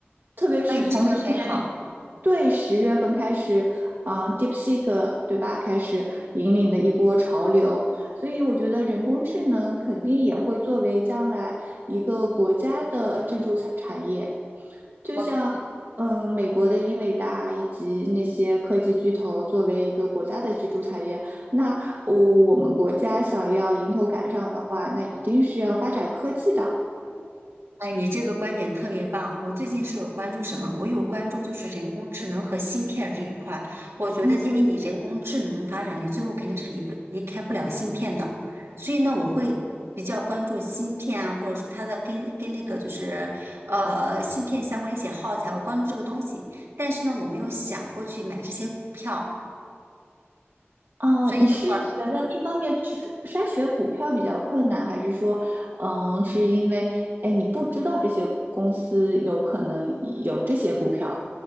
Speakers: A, on the right; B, on the right.
A: 特别是从去年
B: 那你这个很好，
A: 对十月份开始，啊、d e e p s e e k 对吧，开始引领的一波潮流，所以我觉得人工智能肯定也会作为将来一个国家的支柱产产业。就像嗯、
B: 我
A: 呃美国的英伟达以及那些科技巨头作为一个国家的支柱产业，那哦我们国家想要迎头赶上的话，那一定是要发展科技的。
B: 哎，你这个观点特别棒。我最近是有关注什么？我有关注就是人工智能和芯片这一块。我觉得，
A: 嗯
B: 因为你人工智能发展，你最后肯定是离不离开不了芯片的。所以呢，我会比较关注芯片啊，或者说它的跟跟那个就是呃芯片相关的一些耗材，我关注这个东西。但是呢，我没有想过去买这些股票。
A: 啊、
B: 所以的话，
A: 你是觉得一方面是筛选股票比较困难，还是说，嗯、是因为哎你不知道这些公司有可能有这些股票，